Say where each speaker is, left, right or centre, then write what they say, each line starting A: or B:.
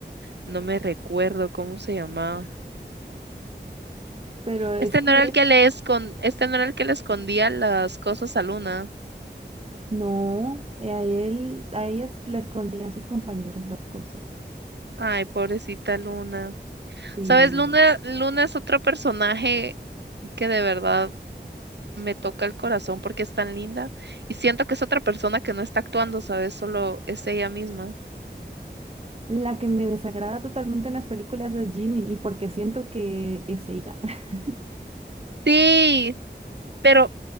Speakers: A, on the right; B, on the right.
A: No me recuerdo cómo se llamaba.
B: Pero es
A: Este
B: que
A: no era el que le escon- este no era el que le escondía las cosas a Luna.
B: No, eh, a él, a ellas le escondían sus compañeros las cosas.
A: Ay, pobrecita Luna.
B: Sí.
A: ¿Sabes? Luna, Luna es otro personaje que de verdad me toca el corazón porque es tan linda y siento que es otra persona que no está actuando, ¿sabes? Solo es ella misma.
B: La que me desagrada totalmente en las películas es Ginny, y porque siento que es ella. <laughs>
A: Sí, pero